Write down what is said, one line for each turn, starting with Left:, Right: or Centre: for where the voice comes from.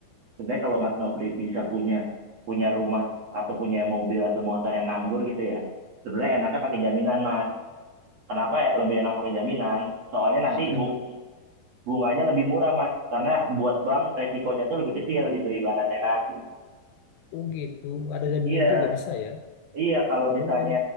Right: Sebenarnya kalau Mas Nofri bisa punya punya rumah atau punya mobil atau motor yang nganggur gitu ya. Sebenarnya enaknya pakai jaminan, Mas. Kenapa ya lebih enak pakai jaminan? Soalnya
Left: Ah,
Right: nanti
Left: kenapa?
Right: bu- bunganya lebih murah, Mas. Karena buat bank resikonya tuh lebih kecil gitu ibaratnya kan.
Left: Oh gitu, ada jaminan
Right: Iya,
Left: juga bisa ya.
Right: Iya, kalau
Left: Oh,
Right: misalnya,